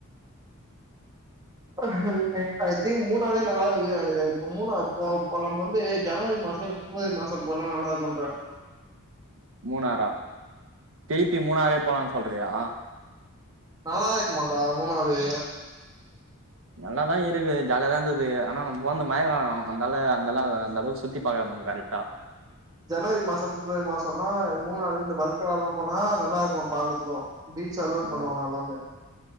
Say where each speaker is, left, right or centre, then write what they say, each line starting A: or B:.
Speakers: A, on the right; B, on the right.
A: <unintelligible> தி மூணாவ்த நல்லா <unintelligible> இப்ப மூணா போ போ நம்ப வந்து ஜனவரி மாசம இல்ல ஃபிப்ரவரி மாச போனா நல்லாருக்குன்ற
B: மூணாரா திரிப்பி மூணாரே போலான் சொல்றியா
A: நல்லாதி இக்குமான்டா மூணாவ்தே
B: நல்லாதா இருக்கு ஜாலியாதா இருந்தது ஆனா நம்ம போன்து மழ காலோ அந்தால அந்தல்லா அந்த அளவுக்கு சுத்தி பாக்குறோ நம்ம கரெட்டா
A: ஜனவரி மாசோ பிப்ரவரி மாசோன்னா மூணாறு இந்த ஒரத்தநாடுல்லா போனா நல்லா இருக்கு பாக்கர்துக்கோ பீச் அலோட்
B: ஆ
A: பண்ணுவாங்க எல்லாமே